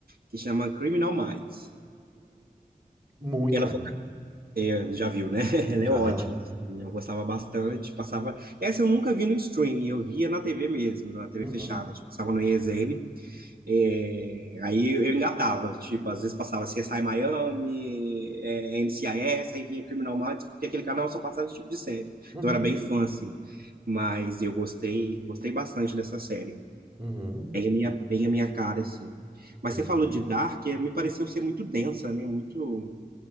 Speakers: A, on the right (about 80°); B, on the right (about 35°).
A: que chama Criminal Minds.
B: Muito
A: Ela
B: boa.
A: foi- é, já viu, né? <laughs> Ela é
B: Já.
A: ótima. assim, eu gostava bastante. Passava. Essa eu nunca vi no streaming, eu via na TV mesmo, na TV
B: Uhum,
A: fechada. Tipo, passava no ESN. é, aí eu engatava. Tipo, às vezes passava CSI Miami, é, NCIS, aí vinha Criminal Minds, porque aquele canal só passava esse tipo de série.
B: uhum,
A: Então eu era bem fã, assim. Mas eu gostei, gostei bastante dessa série.
B: uhum.
A: Bem a minha, bem a minha cara, assim. Mas
B: Entendi.
A: você falou de Dark, eh, me pareceu ser muito densa, né? Muito.